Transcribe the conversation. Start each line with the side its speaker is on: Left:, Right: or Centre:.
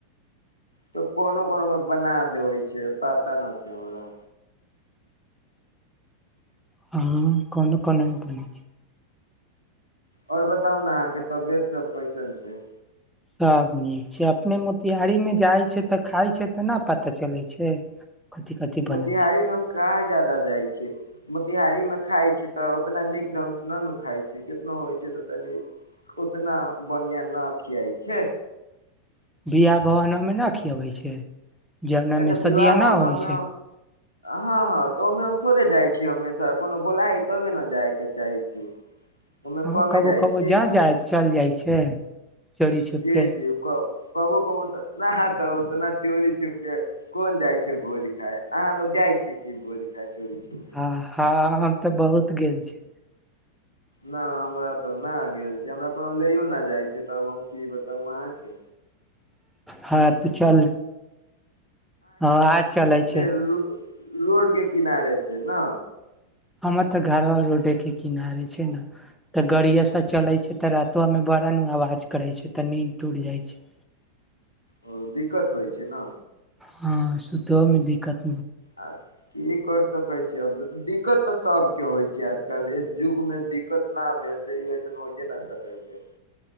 Right: तऽ कोनो कोनो मे बना देबै छै पता नहि छै हमरा
Centre: हँ कोनो कोनो बनै
Right: आओर बताउ ने अहाँके तबियत सब कैसन छै
Centre: सब नीक छै अपने मोतिहारीमे जाइ छै तऽ खाइ छै तऽ नहि पता चलै छै कथि कथि बनल
Right: मोतिहारी
Centre: छै
Right: मे हम कहाँ ज्यादा जाइ छियै तिहारी मे खाय छी तऽ उतना नीक ढंगग से न ने खाइ छी कितनो होइ छै तऽ तनी उतना बढ़आ न खियाइ छै
Centre: बिवाह भवनमे नहि खियाबै छै जौनामे
Right: ए तऽ
Centre: सदिया
Right: विव
Centre: न
Right: भवनमे
Centre: होइ छै
Right: हँ हँ त अमे छोड़े जाइ छी हमेशा कोनो बोला हइ तबे ने जाय के चाहे छी ओहिमे
Centre: हँ
Right: कमे
Centre: कबो
Right: जाइ
Centre: कबो
Right: छी
Centre: जहाँ जा चलि जाइ छै चोरी छुप
Right: जी
Centre: के
Right: जी कह कहबो कबो तऽ न हा त उतना चोरी छुप के कोन जाय छै भोज खाय अहा लोग जाय ी भोज खाय चोरी छुप के
Centre: ह हँ हम तऽ बहुत गेल छी
Right: नहि हमरा तऽ नहि गेल छै हमरा कोनो लैयो न जाइ छै तब हम की ब तब वहाँके
Centre: हँ तऽ चल हँ आज चलै छै
Right: <inaudible> रोड के किनारे छै ने
Centre: हमर तऽ घरा रोडे के किनारे छै ने तऽ गाड़िया से चले छै तऽ रातो मे करण आवाज करै छै तऽ नींन्द टुटि जाइ छै
Right: ओ दिक्कत होइ छै ने
Centre: हँ सुतोमे दिककत
Right: आ की कर सकै छीय दिक्कत तऽ सबके होइ छै आजकल युग मे दिक्कत न भेल छैस हो न कह छै